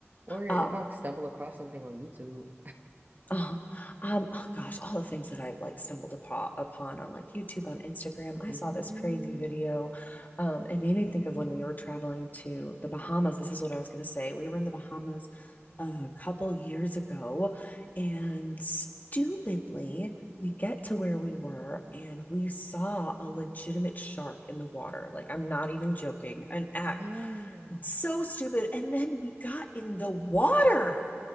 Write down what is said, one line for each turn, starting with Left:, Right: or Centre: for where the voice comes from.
Right: Or if
Left: Um,
Right: I stumble across something on YouTube.
Left: Oh, um, oh gosh, all the things that I've like stumbled upon, upon on like YouTube, on Instagram. I
Right: hmm
Left: saw this crazy video. Um, it made me think of when we were traveling to the Bahamas. This is what I was gonna say. We were in the Bahamas a couple years ago, and stupidly, we get to where we were and we saw a legitimate shark in the water. Like, I'm not even joking. An act
Right: No.
Left: so stupid. And then we got in the water